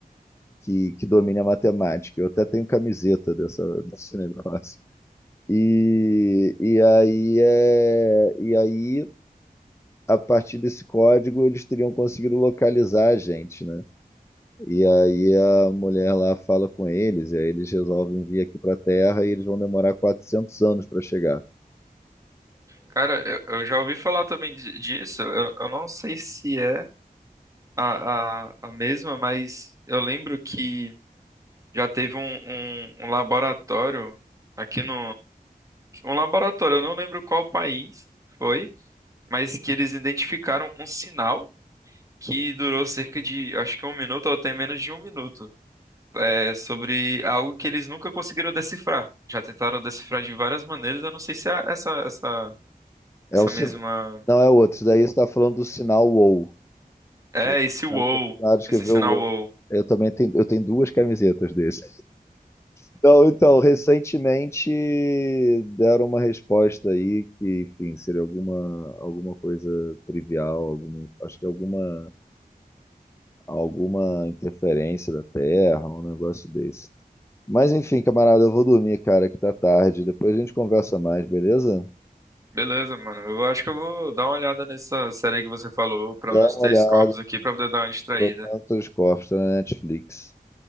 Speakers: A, on the left (about 15°); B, on the right (about 20°).
A: que, que domine a matemática. Eu até tenho camiseta dessa, desse negócio. E, e aí é, e aí a partir desse código eles teriam conseguido localizar a gente, né? E aí a mulher lá fala com eles, e aí eles resolvem vir aqui para a Terra e eles vão demorar 400 anos para chegar.
B: Cara, eu, eu já ouvi falar também di- disso. Eu, eu não sei se é a, a, a mesma, mas eu lembro que já teve um, um, um laboratório aqui no. Um laboratório, eu não lembro qual país foi, mas que eles identificaram um sinal que durou cerca de, acho que um minuto ou até menos de um minuto. É sobre algo que eles nunca conseguiram decifrar. Já tentaram decifrar de várias maneiras, eu não sei se é essa, essa,
A: É
B: essa
A: o sin-
B: mesma.
A: Não é outro, isso daí você está falando do sinal WoW,
B: É,
A: que o
B: esse wow,
A: cara foi lá escrever
B: esse sinal
A: o WoW.
B: wow.
A: Eu também tenho, eu tenho duas camisetas desse. Então, então, recentemente deram uma resposta aí que, enfim, seria alguma, alguma coisa trivial, algum, acho que alguma alguma interferência da Terra, um negócio desse. Mas enfim, camarada, eu vou dormir, cara, que tá tarde. Depois a gente conversa mais, beleza?
B: Beleza, mano. Eu acho que eu vou dar uma olhada nessa série que você falou, pelo
A: Dá
B: menos
A: uma
B: três
A: olhada
B: corpos aqui, pra poder dar uma distraída.
A: no Telescópio, tá na Netflix.